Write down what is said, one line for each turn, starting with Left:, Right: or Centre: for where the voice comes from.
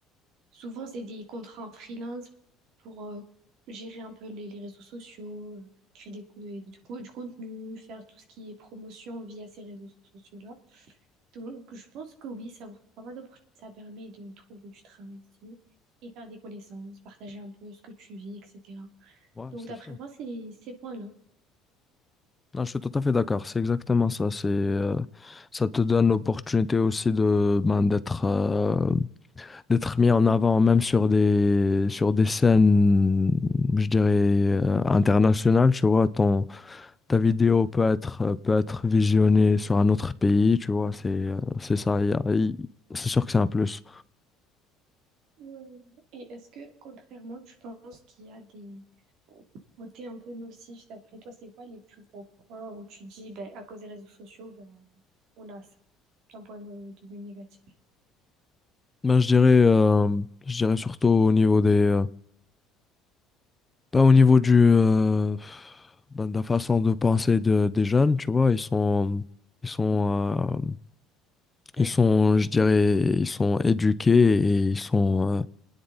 Right: Souvent, c'est des contrats en freelance pour euh, gérer un peu les, les réseaux sociaux, euh, créer des, des- du, co- du contenu, faire tout ce qui est promotion via ces réseaux sociaux-là. Donc, je pense que oui, ça ouvre pas mal d'opportunités. Ça permet de trouver du travail aussi et faire des connaissances, partager un peu ce que tu vis, etc.
Left: Ouais,
Right: Donc,
Left: c'est
Right: d'après
Left: sûr.
Right: moi, c'est ces points-là.
Left: Non, je suis tout à fait d'accord, c'est exactement ça. C'est, euh, ça te donne l'opportunité aussi de, ben, d'être, euh, d'être mis en avant, même sur des, sur des scènes, je dirais, euh, internationales, tu vois. Ton, ta vidéo peut être, euh, peut être visionnée sur un autre pays, tu vois. C'est, euh, c'est ça, il y a- il- c'est sûr que c'est un plus.
Right: Ouais. Et est-ce que, contrairement, tu penses qu'il y a des côtés un peu nocifs d'après toi, c'est quoi les plus gros points où tu dis, ben, à cause des réseaux sociaux, ben, on a ça, d'un point de de vue négatif?
Left: Ben, je dirais, euh, je dirais surtout au niveau des, euh, Bah, au niveau du, euh, bah, de la façon de penser de- des jeunes, tu vois, ils sont, ils sont,
Right: Mhm.
Left: euh,
Right: C'est-à-dire?
Left: ils sont, je dirais, ils sont éduqués et ils sont,